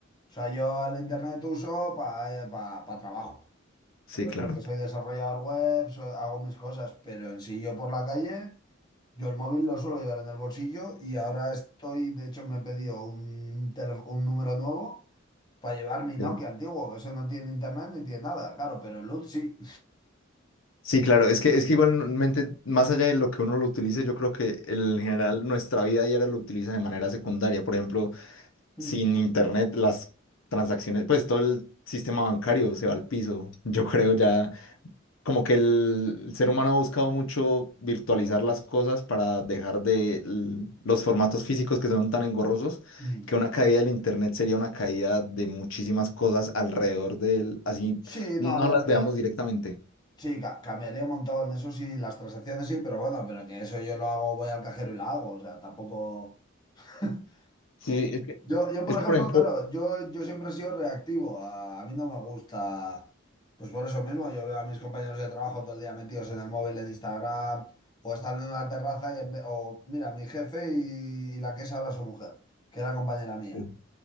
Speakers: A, on the left (about 20°); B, on the left (about 80°).
A: O sea, yo el internet uso para trabajo.
B: Sí,
A: Pues
B: claro.
A: porque soy desarrollador web, so- hago mis cosas, pero en sí yo por la calle, yo el móvil lo suelo llevar en el bolsillo y ahora estoy, de hecho me he pedido un, tele- un número nuevo para llevar mi Nokia
B: Sí,
A: antiguo, que eso no tiene internet ni tiene nada, claro, pero el LUT sí.
B: Sí, claro. Es que, es que igualmente, más allá de lo que uno lo utilice, yo creo que en general nuestra vida diaria lo utiliza de manera secundaria. Por ejemplo,
A: Mm,
B: sin internet, las transacciones, pues todo el sistema bancario se va al piso. Yo creo ya como que el, el ser humano ha buscado mucho virtualizar las cosas para dejar de l- los formatos físicos que son tan engorrosos,
A: mm.
B: que una caída del internet sería una caída de muchísimas cosas alrededor del así
A: Sí,
B: no
A: no, a ver,
B: las veamos
A: eh,
B: directamente.
A: sí, ca- cambiaría un montón, eso sí, las transacciones sí, pero bueno, pero que eso yo lo hago, voy al cajero y lo hago, o sea, tampoco... <laughs>
B: Sí, es que,
A: Yo, yo, por
B: es que
A: ejemplo,
B: por ejemplo,
A: claro, yo, yo siempre he sido reactivo. A, a mí no me gusta, pues por eso mismo, yo veo a mis compañeros de trabajo todo el día metidos en el móvil, en Instagram, o están en una terraza y en ve- o mira, mi jefe y, y la que es ahora su mujer, que era compañera mía.
B: Sí.